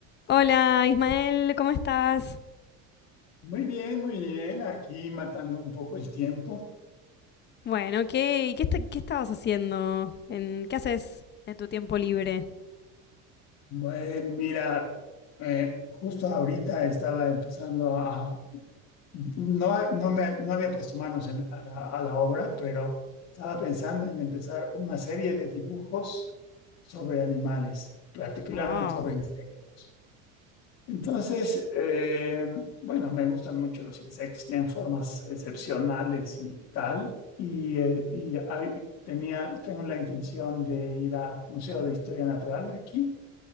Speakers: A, on the left; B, on the left.
A: Hola Ismael, ¿cómo estás?
B: Muy bien, muy bien. Aquí matando un poco el tiempo.
A: Bueno, ¿qué, y qué, est- qué estabas haciendo? En, ¿Qué haces en tu tiempo libre?
B: Eh, mira, eh, justo ahorita estaba empezando a... No, no, me, no había puesto manos en- a la, a la obra, pero estaba pensando en empezar una serie de dibujos sobre animales, particularmente
A: Wow.
B: sobre insectos. Entonces, eh, bueno, me gustan mucho los insectos, tienen formas excepcionales y tal. Y, eh, y hay- tenía, tengo la intención de ir al Museo de Historia Natural de aquí